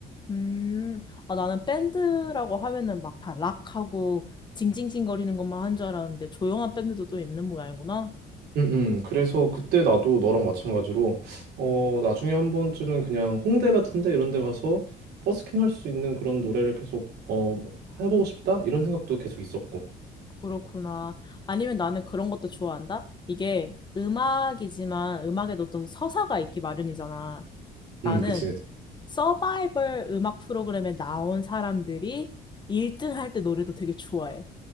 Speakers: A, on the left; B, on the right.
A: 음, 아, 나는 밴드라고 하면은 막 다 락하고 징징징거리는 것만 한 줄 알았는데 조용한 밴드도 또 있는 모양이구나.
B: 음, 음. 그래서 그때 나도 너랑 마찬가지로 어 나중에 한 번쯤은 그냥 홍대 같은데 이런 데 가서 버스킹 할 수 있는 그런 노래를 계속 어 뭐 해보고 싶다 이런 생각도 계속 있었고.
A: 그렇구나. 아니면 나는 그런 것도 좋아한다? 이게 음악이지만 음악에도 또 서사가 있기 마련이잖아. 나는
B: 음, 그치, 그치.
A: 서바이벌 음악 프로그램에 나온 사람들이 1등 할 때 노래도 되게 좋아해.